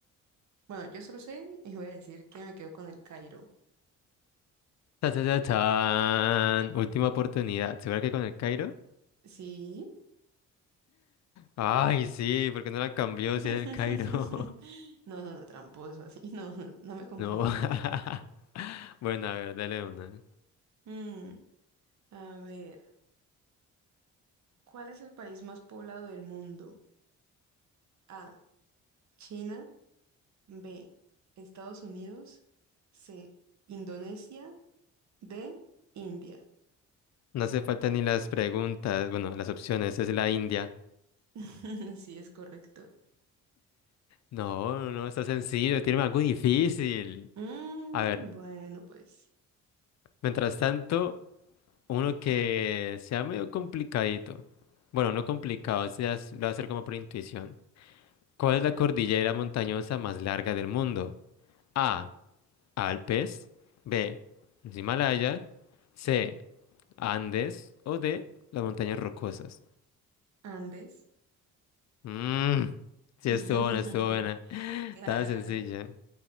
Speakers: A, on the right; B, on the left.
A: Bueno, yo solo sé y voy a decir que me quedo con el Cairo.
B: Ta, ta, ta, tan. Última oportunidad. ¿Segura que con el Cairo?
A: Sí.
B: Ay, sí, ¿por qué no la cambió
A: <laughs>
B: si era el Cairo? <laughs>
A: No, no, no, tramposo, así. <laughs> No, no me confunda.
B: No. <laughs> Bueno, a ver, dele una. No
A: Mm, a ver, ¿cuál es el país más poblado del mundo? A, China, B, Estados Unidos, C, Indonesia, D, India.
B: No hace falta ni las preguntas. Bueno, las opciones. Es la India.
A: <laughs> Sí, es correcto.
B: No, no, no, está sencillo. Tiene algo difícil.
A: Mm,
B: A ver.
A: bueno, pues,
B: Mientras tanto, uno que sea medio complicadito. Bueno, no complicado, se as- lo va a hacer como por intuición. ¿Cuál es la cordillera montañosa más larga del mundo? A. Alpes. B. Los Himalaya. C. Andes. O D. Las montañas rocosas.
A: Andes.
B: Mmm. Sí,
A: <laughs>
B: estuvo buena, estuvo buena. <gasps> <laughs>
A: Claro.
B: Estaba sencilla.